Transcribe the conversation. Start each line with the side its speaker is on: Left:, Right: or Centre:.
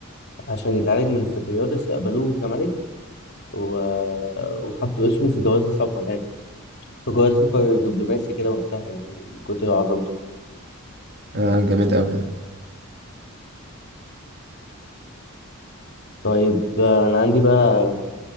Left: عشان يتعالج من الفطريات استقبلوه كملك و... وحطوا اسمه في جواز السفر يعني في جواز سفر دبلوماسي كده وقتها يعني من كتر عظمته
Right: آه، جامد أوي ده
Left: طيب آه، أنا عندي بقى